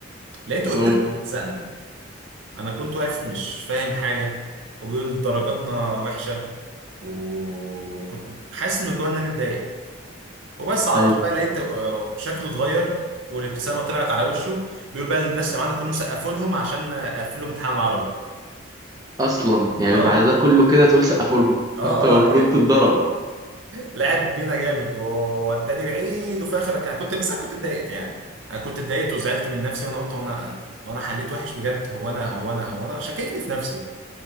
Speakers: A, on the right; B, on the right.
A: لقيته ابتدى
B: مم.
A: يلزقنا انا كنت واقف مش فاهم حاجه وبيقول درجاتنا وحشه وكنت حاسس من جوه ان انا متضايق وبس على
B: أيوه
A: طول بقى لقيت آه، شكله اتغير والابتسامه طلعت على وشه بيقول بقى للناس اللي معانا كلهم سقفوا لهم عشان قفلوا امتحان العربي
B: أصلا يعني
A: اه
B: بعد ده كله كده تقول سقفوا لهم <laughs>
A: اه
B: أنت المفروض
A: اه ك- ك-
B: تتضرب
A: لعب بينا جامد ووداني بعيد وفي الاخر رجع كنت بس انا كنت اتضايقت يعني انا كنت اتضايقت وزعلت من نفسي وانا قلت هو انا هو انا حليت وحش بجد هو انا هو انا هو انا شككني في نفسي